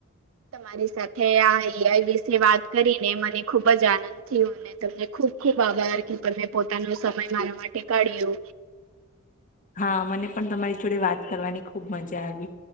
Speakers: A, on the right; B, on the left.
A: તમારી સાથે આ એઆઈ વિશે વાત કરીને મને ખુબ જ આનંદ થયો. તમને ખુબ ખુબ આભાર કે પણ મેં પોતાનો સમય મારા માટે કાઢ્યો
B: હા મને પણ તમારી જોડે વાત કરવાની ખુબ મજા આવી.